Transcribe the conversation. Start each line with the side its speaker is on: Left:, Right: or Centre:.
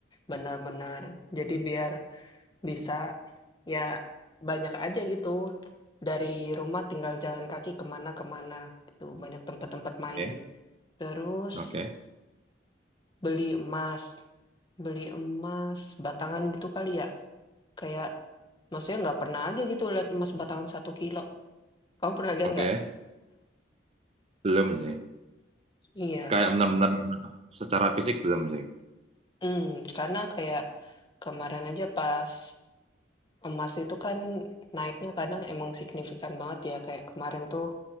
Left: benar-benar. Jadi biar bisa ya banyak aja gitu. Dari rumah tinggal jalan kaki kemana-kemana. Tuh banyak tempat-tempat
Right: Oke,
Left: main. Terus
Right: oke,
Left: beli emas. Beli emas batangan gitu kali ya. Kayak maksudnya nggak pernah aja gitu lihat emas batangan satu kilo. Kamu pernah lihat
Right: oke.
Left: nggak?
Right: Belum sih.
Left: Iya.
Right: Kayak benar-benar secara fisik belum sih.
Left: Hmm, karena kayak kemarin aja pas Emas itu kan naiknya kadang emang signifikan banget ya, kayak kemarin tuh